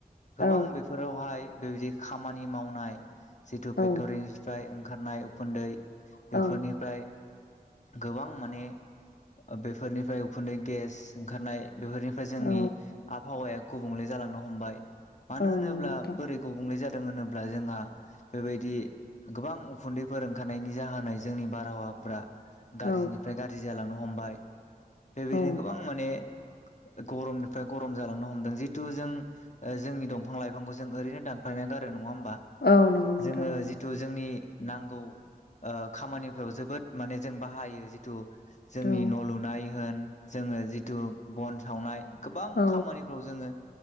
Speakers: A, on the left (about 50°); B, on the left (about 85°).
A: गोबां
B: औ
A: बेफो फोरावहाय बेबायदि खामानि मावनाय जिथु
B: औ
A: फेक्ट'रिनि फ्राय ओंखारनाय उखुन्दै बेफोरनिफ्राय
B: औ
A: गोबां माने बेफोरनिफ्राय उखुन्दै गेस ओंखारनाय बेफोरनिफ्राय जोंनि
B: औ औ
A: आबहावाया गुबुंले जालांनो हमबाय मानो
B: औ
A: होनोब्ला
B: नंगौ नोंथां
A: बोरै गुबुंले जादों होनोब्ला जोंहा बेबाय दि गोबां उखुन्दैफोर ओंखारनायनि जाहोनै जोंनि बारहावाफ्रा गाज्रिनिफ्राय
B: औ
A: गा ज्रि जालांनो हमबाय बेबायदिनो
B: औ
A: गोबां माने गरमनिफ्राय गरम जालांनो हमदों जिहतु जों जोंनि दंफां लाइफांखौ जों ओरैनो दानफायनानै गारो नङा होमबा।
B: औ नंगौ। नोंथां
A: जोङो
B: नंगौ
A: जिथु जोंनि नांगौ खामानिफ्राव जोबोद माने जों बाहायो जिथु जोंनि
B: औ
A: न' लुनाय होन जोङो जिथु बन सावनाय गोबां
B: औ
A: खामानि जोङो